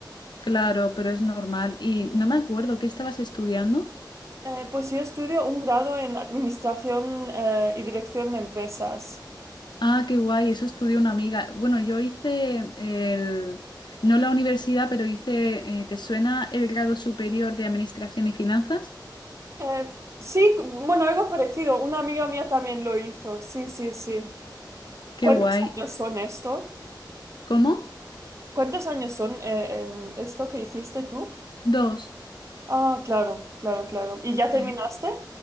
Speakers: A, on the left; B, on the right.
A: claro, pero es normal. Y no me acuerdo, ¿qué estabas estudiando?
B: Eh, pues yo estudio un grado en Administración eh, y Dirección de Empresas.
A: Ah, qué guay, eso estudió una amiga. Bueno, yo hice el, no la universidad, pero hice, eh, ¿te suena el grado superior de Administración y Finanzas?
B: Eh, sí, bueno, algo parecido. Una amiga mía también lo hizo. Sí, sí, sí.
A: Qué
B: ¿Cuántos
A: guay.
B: años son esto?
A: ¿Cómo?
B: ¿Cuántos años son eh, em, esto que hiciste tú?
A: Dos.
B: Ah, claro, claro, claro. ¿Y ya terminaste?
A: Sí.